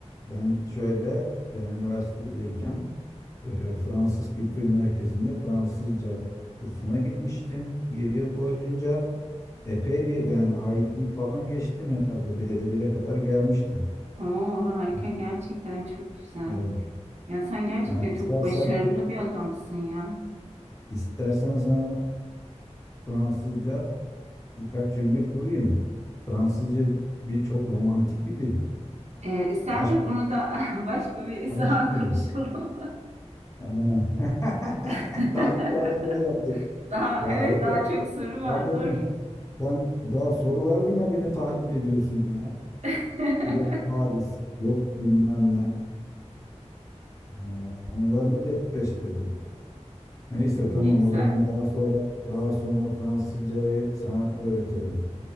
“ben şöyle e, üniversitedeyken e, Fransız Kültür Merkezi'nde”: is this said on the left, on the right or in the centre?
Left